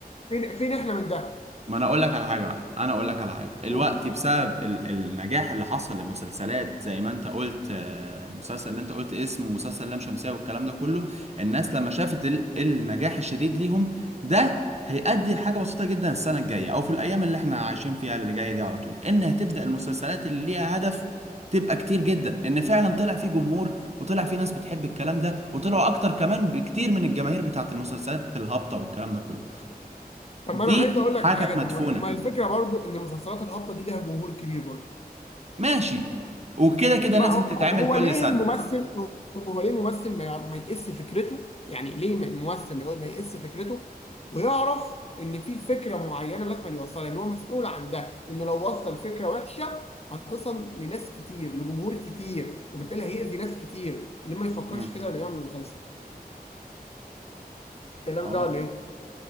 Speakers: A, on the left; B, on the right.
A: فين فين احنا من ده
B: ما انا اقول لك على حاجه بقى انا اقول لك على حاجه الوقت
A: قول
B: بسبب ال النجاح اللي حصل لمسلسلات زي ما انت قلت آه، المسلسل اللي انت قلت اسمه مسلسل لام شمسية والكلام ده كله الناس لما شافت ال النجاح الشديد ليهم ده هيؤدي لحاجه بسيطه جدا السنه الجايه او في الايام اللي احنا عايشين فيها اللي جايه دي على طول ان هتبدا المسلسلات اللي ليها هدف تبقى كتير جدا ان فعلا طلع فيه جمهور وطلع فيه ناس بتحب الكلام ده وطلعوا اكتر كمان بكتير من الجماهير بتاعت المسلسلات الهابطه والكلام ده كله
A: طب
B: دي
A: ما انا عايز اقول
B: حاجه
A: لك حاجه
B: كانت
A: طب
B: مدفونه
A: ما ما الفكره برضو ان المسلسلات الهابطه دي ليها جمهور كبير برضو
B: ماشي وكده كده
A: ما
B: لازم
A: هو
B: تتعمل
A: هو هو
B: كل
A: ليه
B: سنه
A: الممثل هو ليه الممثل ما يع- ما يقس فكرته يعني ليه م- الممثل ما يقول- ما يقس فكرته ويعرف ان في فكره معينه لازم يوصلها ان هو مسؤول عن ده انه لو وصل فكره وحشه هتصل لناس كتير لجمهور كتير وبالتالي هيأذي ناس كتير ليه ما يفكرش
B: مم.
A: كده ولا يعمل مسلسل الكلام
B: هو
A: ده ولا ايه